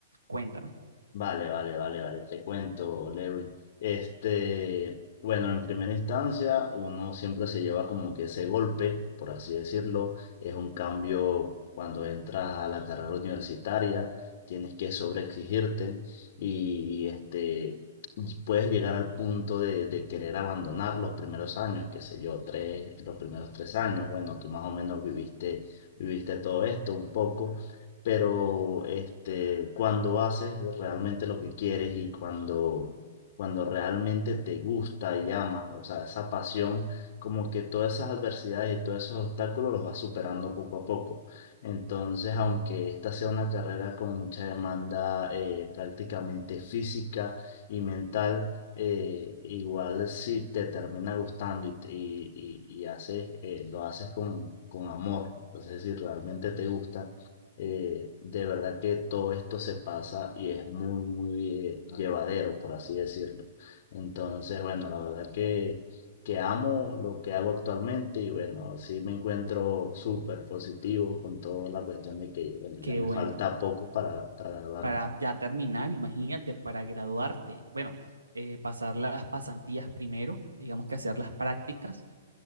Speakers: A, on the right; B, on the left.
A: Cuéntame.
B: Vale, vale, vale, vale, te cuento, Lewin. Este, bueno, en primera instancia, uno siempre se lleva como que ese golpe, por así decirlo, es un cambio cuando entras a la carrera universitaria, tienes que sobreexigirte y este, puedes llegar al punto de, de querer abandonar los primeros años, qué sé yo, tres, los primeros tres años, bueno, tú más o menos viviste, viviste todo esto un poco pero este, cuando haces realmente lo que quieres y cuando, cuando realmente te gusta y amas, o sea, esa pasión, como que todas esas adversidades y todos esos obstáculos los vas superando poco a poco. Entonces, aunque esta sea una carrera con mucha demanda eh, prácticamente física y mental, eh, igual si te termina gustando y, te- y, y- y haces, eh, lo haces con, con amor, o sea, si realmente te gusta eh, de verdad que todo esto se pasa y es muy, muy eh, llevadero, por así decirlo. Entonces, bueno, la verdad que, que amo lo que hago actualmente y bueno, sí me encuentro súper positivo con toda la cuestión de que, bueno,
A: Qué
B: ya me
A: bueno.
B: falta poco para, para graduarme.
A: para ya terminar, imagínate, para graduarte, bueno, eh, pasar las pasantías primero, digamos que hacer las prácticas